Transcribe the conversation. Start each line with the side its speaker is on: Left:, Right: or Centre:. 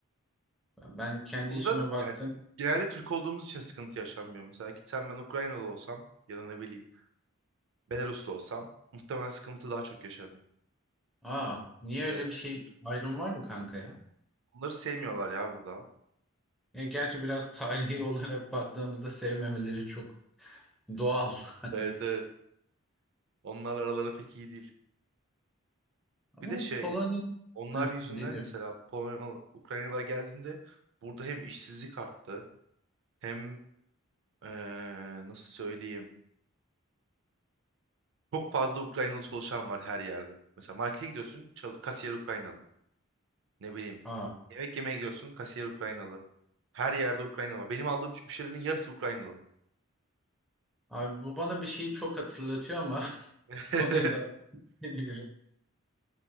Centre: Ben kendi
Right: Burada
Centre: işime baktım.
Right: yani genelde Türk olduğumuz için sıkıntı yaşanmıyor. Mesela gitsem ben Ukraynalı olsam ya da ne bileyim Belaruslu olsam muhtemelen sıkıntı daha çok yaşarım.
Centre: Aa, niye öyle
Right: Evet.
Centre: bir şey ayrım var mı kanka ya?
Right: Onları sevmiyorlar ya burada.
Centre: Yani gerçi biraz tarihi <laughs> olarak baktığımızda sevmemeleri çok doğal. <laughs> Hani
Right: Evet evet. Onlarla araları pek iyi değil.
Centre: Ama
Right: Bir de şey
Centre: Polonya
Right: onlar
Centre: Heh,
Right: yüzünden
Centre: dinliyorum.
Right: mesela Polonyalı, Ukraynalılar geldiğinde burada hem işsizlik arttı hem eee, nasıl söyleyeyim çok fazla Ukraynalı çalışan var her yerde. Mesela markete gidiyorsun çal- kasiyer Ukraynalı. Ne bileyim.
Centre: Aa,
Right: Yemek yemeye gidiyorsun. Kasiyer Ukraynalı. Her yerde Ukraynalı var. Benim aldığım müşterilerin yarısı Ukraynalı.
Centre: abi bu bana bir şeyi çok hatırlatıyor ama <laughs>
Right: <laughs>
Centre: konuyu da <laughs>